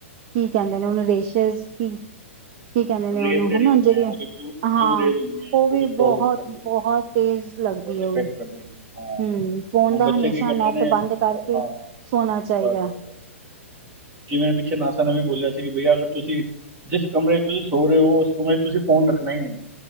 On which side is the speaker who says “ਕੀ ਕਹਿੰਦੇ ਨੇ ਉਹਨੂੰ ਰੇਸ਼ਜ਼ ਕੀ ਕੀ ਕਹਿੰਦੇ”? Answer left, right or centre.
Right